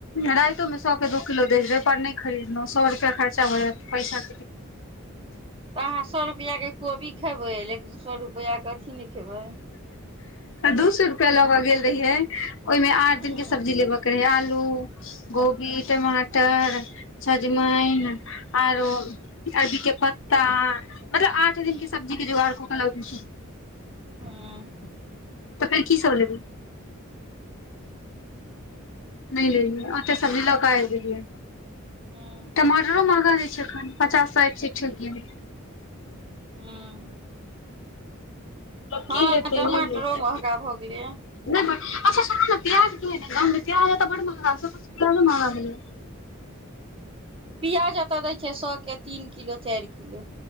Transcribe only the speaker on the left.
रातोमे सए के दू किलो दजै पर नहि खरीदलहुँ सौ रुपैआ खर्चा होय जात पैसाे
दू सए रुपआ लेबऽ गेल रहिये ओहिमे आठ
दिन के सब्जी लेब कर आलू गोभी टमाटर सजमैन
आरो अरबी के पत्ता मतलब आ ओहि
दिनक सब्जी के जोगड़ क लबै छिय
तऽखन की सब लेबेय नहि ले लिय आँटे सब्जी लौक आबि गेलिए
टमाटरो महंगा दइ छै अखन पचास साठ सँ ठेक गेलैय
लोक
की लेतै
नहि लेतै
नहि ब अच्छा सुनू ने प्याज ने ग प्याज तऽ बड महगा प्याजो महँगा भेलय या